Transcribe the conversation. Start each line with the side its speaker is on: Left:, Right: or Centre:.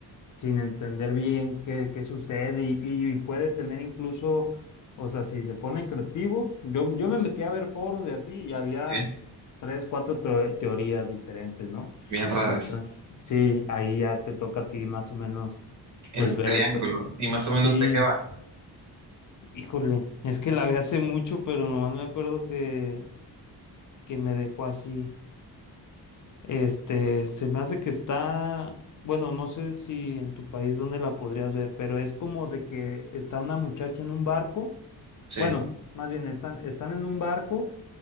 Left: sin entender bien qué, qué sucede y, y puede tener incluso, o sea, si se ponen creativos, yo, yo me metí a ver foros de así y había
Right: ¿eh?
Left: tres, cuatro teo- teorías diferentes, ¿no?
Right: Bien raras.
Left: Entonces, sí, ahí ya te toca a ti más o menos,
Right: El
Left: pues ver,
Right: triángulo.
Left: pe-
Right: ¿Y más o
Left: sí,
Right: menos de qué va?
Left: híjole, es que la vi hace mucho, pero nomás me acuerdo que, que me dejó así. Este, se me hace que está, bueno, no sé si en tu país dónde la podrías ver, pero es como de que está una muchacha en un barco,
Right: Sí,
Left: bueno, más bien están, están en un barco